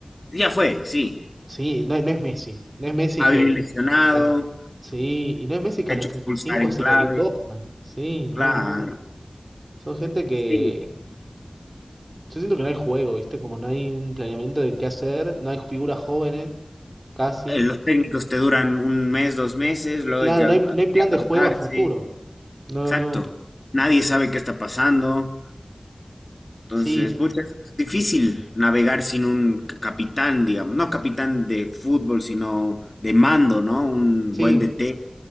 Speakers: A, on the left (about 45°); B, on the right (about 40°).
A: ya fue, sí.
B: Sí, no, no es Messi. No es Messi
A: Había
B: que,
A: lesionado.
B: que a los- sí, y no es Messi que
A: hecho
B: a los
A: expulsar
B: treinta y cinco
A: en
B: hace
A: clave,
B: cualquier cosa. Sí, no,
A: claro.
B: no. Son gente que,
A: Sí,
B: yo siento que no hay juego, ¿viste? Como no hay un planeamiento de qué hacer, no hay figuras jóvenes, casi.
A: eh, los técnicos te duran un mes, dos meses, luego
B: Claro,
A: hay que a-
B: no
A: a-
B: hay, no hay plan de
A: adaptarse.
B: juego a futuro. No,
A: Exacto.
B: no.
A: Nadie sabe qué está pasando. Entonces,
B: Sí, sí.
A: pucha, es difícil navegar sin un c- capitán, digamos. No capitán de fútbol, sino de mando, ¿no? Un
B: Sí,
A: buen DT.